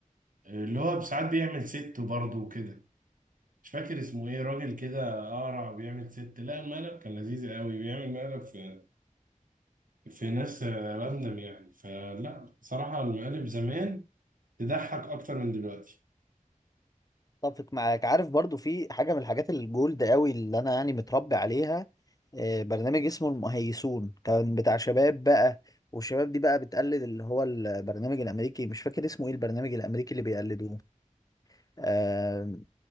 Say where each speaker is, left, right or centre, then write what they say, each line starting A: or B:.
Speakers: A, on the right; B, on the left.
A: آه، اللي هو ساعات بيعمل ست برضه وكده مش فاكر اسمه ايه راجل كده قارع بيعمل ست لا المقلب كان لذيذ قوي بيعمل مقلب في في ناس آه، راندم يعني فلا بصراحة المقالب زمان تضحك اكتر من دلوقتي
B: اتفق معاك عارف برضو في حاجة من الحاجات الجولد قوي اللي انا يعني متربي عليها آه، برنامج اسمه المهيسون كان بتاع شباب بقى والشباب دي بقى بتقلد اللي هو البرنامج الامريكي مش فاكر اسمه ايه البرنامج الامريكي اللي بيقلدوه آم،